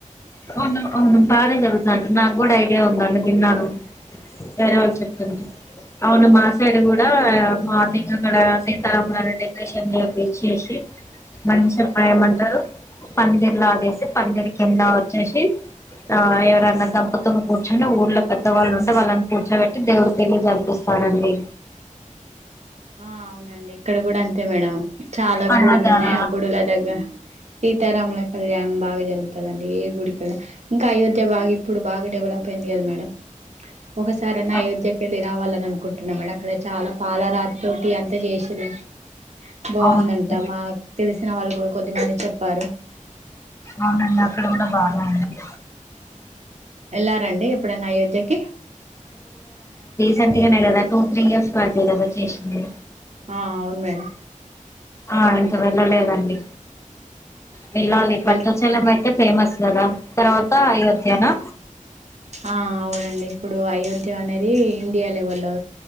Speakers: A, on the left; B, on the right.
A: అవును అవును బాగా జరుగుత అంట నాకు కూడా అయితేే ఉందండి విన్నాను వేరే వాళ్ళు చెప్తుంది అవును మా సైడు కూడా మార్నింగ్ అక్కడ సీతారామల డెకరేషన్ చేపిచ్చేసి మంచం ఆ ఏమంటారు పందిర్లా ఆగేసి పందిరి కింద వచ్చేసి ఆ ఎవరన్నా దంపతుని కూర్చొని ఊర్ళలో పెద్దవాళ్ళు ఉంటే వాళ్ళని కూర్చోెట్టి దేవుడు పెళ్లి జరిపిస్తా పదండి
B: ఆ అవునండి ఇక్కడ కూడా అంతే మేడం చాలా
A: అన్నదాన
B: గుడులు ఉన్నాయి ఆ గుడుల దగ్గ సీతారాముల కళ్యాణం బాగా జరుగుతదండి ఏ గుడికి కెళ్ళా ఇంకా అయోధ్య బాగా ఇప్పుడు బాగా డెవలప్ పోయింది కదా మేడం ఒకసారన్నా
A: ఆ
B: అయోధ్యకి వెళ్ళి రావాలని అనుకుంటున్నా మేడం అక్కడ చాలా పాల రాతి తోటి అంతా చేసిళ్ళు బాగుందంట
A: అవునండి
B: మాకు తెలిసిన వాళ్ళు కూడా కొద్దిమంది చెప్పారు
A: అవునండి అక్కడ కూడా బానే ఉంది
B: వెళ్లారండి ఎప్పుడన్నా అయోధ్యకి
A: సంతగానే కదా టూ త్రీ ఇయర్స్ పడతాది కదా చేసింది
B: ఆ అవును మేడం
A: ఆ ఇంక వెళ్ళలేదండి వెళ్ళాలి పట్టచల
B: వెళ్తా
A: మయ్ టే ఫేమస్ కదా తర్వాత అయోధ్యనా
B: ఆ అవునండి ఇప్పుడు అయోధ్య అనేది ఇండియా లెవెల్ల్లో